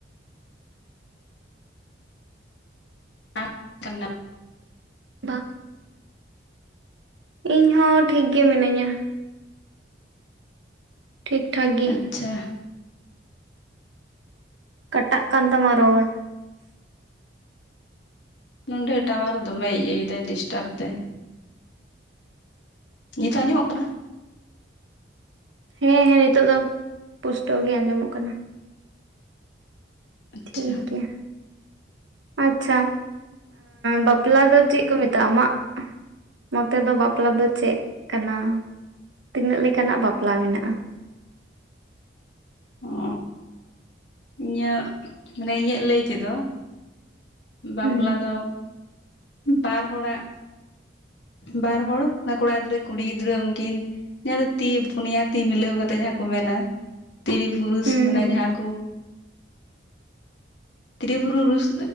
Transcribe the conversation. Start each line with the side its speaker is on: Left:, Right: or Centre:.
Left: <unintelligible> ᱛ
Right: ᱵᱟᱝ ᱤᱧ ᱦᱚᱸ ᱴᱷᱤᱠᱜᱮ ᱢᱤᱱᱟᱹᱧᱟ ᱴᱷᱤᱠ ᱴᱷᱟᱠ ᱜᱮ
Left: ᱟᱪᱪᱷᱟ
Right: ᱠᱟᱴᱟᱜ ᱠᱟᱱ ᱛᱟᱢᱟ ᱨᱚᱲ
Left: ᱱᱚᱰᱮ ᱴᱟᱣᱟᱨ ᱫᱚᱢᱮ ᱤᱭᱟᱹᱭ ᱫᱟᱭ ᱰᱤᱥᱴᱟᱵᱽ ᱫᱟᱭ ᱱᱤᱛᱚᱜ ᱟᱸᱡᱚᱢᱚᱜ ᱠᱟᱱᱟ
Right: ᱦᱮᱸ ᱦᱮᱸ ᱱᱤᱛᱚᱜ ᱫᱚ ᱯᱩᱥᱴᱟᱹᱣ ᱜᱮ ᱟᱸᱡᱚᱢᱚᱜ ᱠᱟᱱᱟ
Left: ᱟᱪᱪᱷᱟ
Right: ᱴᱷᱤᱠ ᱜᱮᱭᱟ ᱟᱪᱪᱷᱟ ᱵᱟᱯᱞᱟ ᱫᱚ ᱪᱮᱫ ᱠᱚ ᱢᱮᱛᱟᱜᱼᱟ ᱟᱢᱟᱜ ᱢᱚᱛᱮ ᱫᱚ ᱵᱟᱯᱞᱟ ᱫᱚ ᱪᱮᱫ ᱠᱟᱱᱟ ᱛᱤᱱᱟᱹᱜ ᱞᱮᱠᱟᱱᱟᱜ ᱵᱟᱯᱞᱟ ᱢᱮᱱᱟᱜᱼᱟ
Left: ᱚ ᱤᱧᱟᱹᱜ ᱢᱟᱱᱮ ᱤᱧᱟᱹᱜ ᱞᱟᱹᱭ ᱛᱮᱫᱚ ᱵᱟᱯᱞᱟ
Right: ᱦᱩᱸ
Left: ᱫᱚ ᱵᱟᱨ ᱦᱚᱲᱟᱜ
Right: <inaudible>
Left: ᱵᱟᱨ ᱦᱚᱲ ᱠᱚᱲᱟ ᱜᱤᱫᱽᱨᱟᱹ ᱠᱩᱲᱤ ᱜᱤᱫᱽᱨᱟᱹ ᱩᱱᱝᱠᱤᱱ ᱡᱟᱦᱟᱸ ᱫᱚ ᱛᱤ ᱯᱩᱱᱭᱟ ᱛᱤ ᱢᱤᱞᱟᱹᱣ ᱠᱟᱛᱮᱜ ᱡᱟᱦᱟᱸ ᱠᱚ ᱢᱮᱱᱟ
Right: <inaudible>
Left: ᱛᱨᱤ ᱯᱩᱨᱩᱥ
Right: ᱦᱩᱸ
Left: ᱢᱟᱱᱮ
Right: ᱦᱩᱸ
Left: ᱡᱟᱦᱟᱸ ᱠᱚ ᱛᱨᱤᱯᱩᱨᱩᱥ